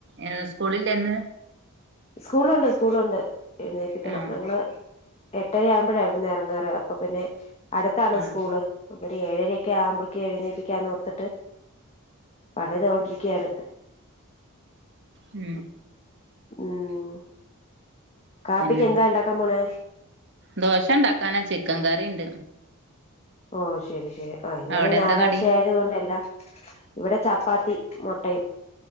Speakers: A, on the right (about 55°); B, on the left (about 30°).
A: ഏ സ്കൂളില്ലന്ന്
B: സ്കൂളുണ്ട് സ്കൂളുണ്ട് എഴുന്നേപ്പിക്കണം
A: ആഹ്
B: ഞങ്ങള് എട്ടരയാവുമ്പോഴാ എവിടുന്ന് ഇറങ്ങാറ് അപ്പൊ പിന്നെ അടുത്താണ്
A: ആഹ്
B: സ്കൂള് ഇര് ഏഴരയൊക്കെ ആവുമ്പോഴേക്കക്ക് എഴുന്നേപ്പിക്കാന്ന്ടുത്തിട്ട് പണതോണ്ടിരിക്കയാണ്
A: ഉം
B: ഉം കാപ്പിക്ക്
A: പിന്നെന്താ
B: എന്താ ഉണ്ടാക്കാ പോനെ
A: ദോശ ഉണ്ടാക്കാനാ ചിക്കൻ കറി ഉണ്ട്
B: ഓ ശെരി ശരി ആ ഇന്നലെ
A: അവിടെ
B: ഞായറാഴ്ച
A: എന്താ കടി
B: ആയത് കൊണ്ടല്ല ഇവിടെ പ്പാത്തി മൊട്ടയും